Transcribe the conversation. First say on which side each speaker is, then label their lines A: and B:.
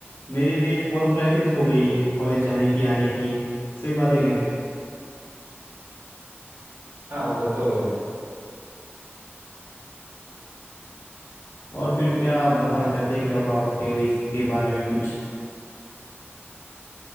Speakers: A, on the left; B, on the right.
A: मेरी भी एक वर्क लाइफ हो गई है कॉलेज जाने की आने की सही बात है क्या नहीं
B: हाँ वो तो है
A: और फिर क्या आप बताना चाहते हैं क्या और आपके इसके बारे में कुछ